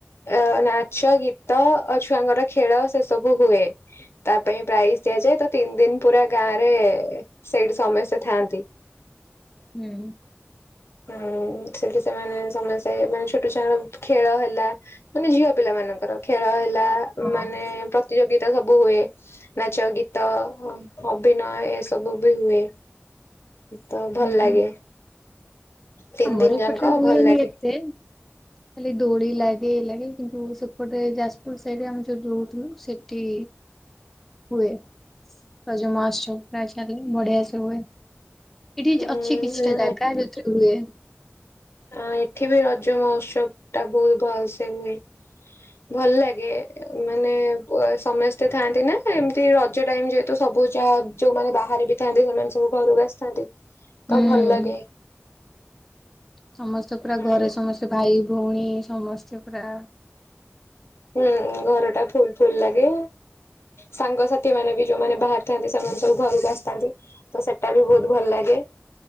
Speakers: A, on the left; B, in the centre.
A: ଅ ନାଚ ଗୀତ ଅ ଛୁଆଙ୍କର ଖେଳ ସେ ସବୁ ହୁଏ। ତା ପାଇଁ ପ୍ରାଇଜ ଦିଆଯାଏ ତ ତିନି ଦିନ ପୁରା ଗାଁରେ ସେଇଠି ସମସ୍ତେ ଥାଆନ୍ତି।
B: ହୁଁ।
A: ହୁଁ ସେଠି ସେମାନେ ସମସ୍ତେ ମାନେ ଛୋଟ ଛୁଆଙ୍କ ଖେଳ ହେଲା। ମାନେ ଝିଅ ପିଲା ମାନଙ୍କର ଖେଳ ହେଲା
B: ହୁଁ ହଁ ହୁଁ।
A: ମାନେ ପ୍ରତିଯୋଗିତା ସବୁ ହୁଏ। ନାଚ ଗୀତ ଅ -ଅଭିନୟ ଏସବୁ ବି ହୁଏ। ତ ଭଲ
B: ହୁଁ।
A: ଲାଗେ। ତିନି
B: ଆମର
A: ଦିନ
B: ଏପଟରେ
A: ଯାକ
B: ହୁଏନି
A: ଭଲ ଲାଗେ।
B: ଏତେ। ଖାଲି ଦୋଳି ଲାଗେ ଇଏ ଲାଗେ କିନ୍ତୁ ସେପଟେ ଯାଜପୁର ସାଇଡରେ ଆମେ ଯୋଉଠି ରହୁଥିଲୁ ସେଠି ହୁଏ ରଜ ମହୋତ୍ସବ <unintelligible> ବଢ଼ିଆ ସେ ହୁଏ। ଏଠି
A: ହୁଁ
B: ଅଛି କିଛିଟା ଜାଗା ଯୋଉଥିରେ ହୁଏ।
A: ଆଁ ଏଠି ବି ରଜ ମହୋତ୍ସବ ଟା ବୋହୁତ ଭଲ ସେ ହୁଏ। ଭଲ ଲାଗେ ଏ ମାନେ ଓଏ ସମସ୍ତେ ଥାଆନ୍ତି ନା ଏମିତି ରଜ ଟାଇମ ଯେହେତୁ ସବୁ ଯାହା ଯୋଉମାନେ ବାହାରେ ବି ଥାନ୍ତି ସେମାନେ ସବୁ ଘରକୁ ଆସିଥାନ୍ତି ତ
B: ହୁଁ
A: ଭଲ ଲାଗେ।
B: ସମସ୍ତେ ପୁରା
A: ହୁଁ
B: ଘରେ ସମସ୍ତେ ଭାଇ ଭଉଣୀ ସମସ୍ତେ ପୁରା
A: ହୁଁ ଘରଟା ଫୁଲ। ଫୁଲ ଲାଗେ ସାଙ୍ଗସାଥି ମାନେ ବି ଯୋଉମାନେ ବାହାରେ ଥାନ୍ତି ସେମାନେ ସବୁ ଘରକୁ ଆସିଥାନ୍ତି। ତ ସେଟା ବି ବୋହୁତ ଭଲ ଲାଗେ